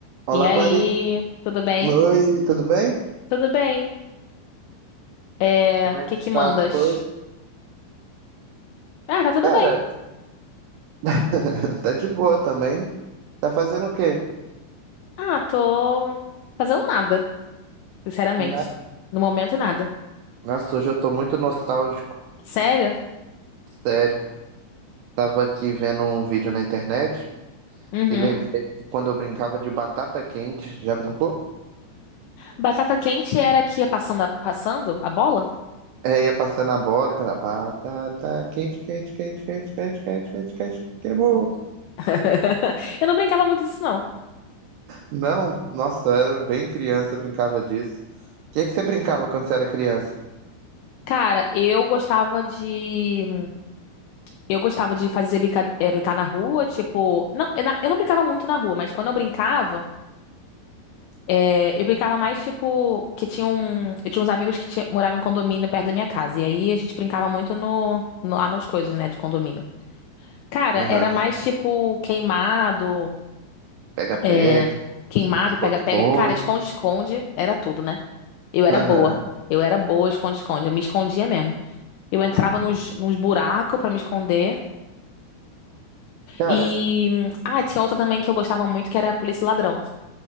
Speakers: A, on the right (about 80°); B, on the left (about 85°).
A: Olá,
B: E aí,
A: Clarice.
B: tudo bem?
A: Oi, tudo bem?
B: Tudo bem. É,
A: Como
B: o
A: é
B: que
A: que
B: que mandas?
A: tá as coisas?
B: Ah, tá tudo
A: Cara,
B: bem.
A: <laughs> tá de boa também. Tá fazendo o quê?
B: Ah, tô fazendo nada, sinceramente.
A: Na-
B: No momento, nada.
A: Nossa, hoje eu tô muito nostálgico.
B: Sério?
A: Sério. Tava aqui vendo um vídeo na internet
B: Uhum.
A: e lembrei de quando eu brincava de batata quente. Já brincou?
B: Batata quente era que ia passando a, passando a bola?
A: É, ia passando a bola e cantava, batata quente, quente, quente, quente, quente, quente, quente, quente, queimou.
B: <laughs> Eu não brincava muito disso, não.
A: Não, nossa, eu era bem criança, eu brincava disso. O que que você brincava quando você era criança?
B: Cara, eu gostava de. Eu gostava de fazer brincar, brincar na rua, tipo. Não, eu na- eu não brincava muito na rua, mas quando eu brincava. É, eu brincava mais, tipo, que tinha um, eu tinha uns amigos que tinha- moravam em condomínio perto da minha casa. E aí a gente brincava muito no, no, lá nas coisas, né, de condomínio. Cara,
A: Aham,
B: era mais tipo queimado,
A: Pega, pega.
B: é, queimado, pega-pega.
A: Outro ponto.
B: Cara, esconde-esconde era tudo, né? Eu era
A: Aham.
B: boa. Eu era boa, esconde-esconde. Eu me escondia mesmo. Eu entrava nos, nos buracos pra me esconder.
A: Cara,
B: E. hum, Ah, tinha outra também que eu gostava muito, que era Polícia e Ladrão.